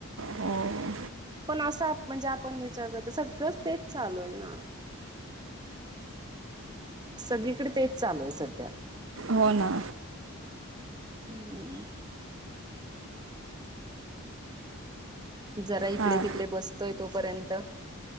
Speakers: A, on the right; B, on the right.
A: हो
B: पण असं म्हणजे आपण विचार करतो सगळंच तेच चालूय ना. सगळीकडे तेच चालूय सध्या.
A: हो ना.
B: हम्म. जरा इकडे
A: हां
B: तिकडे बसतोय तोपर्यंत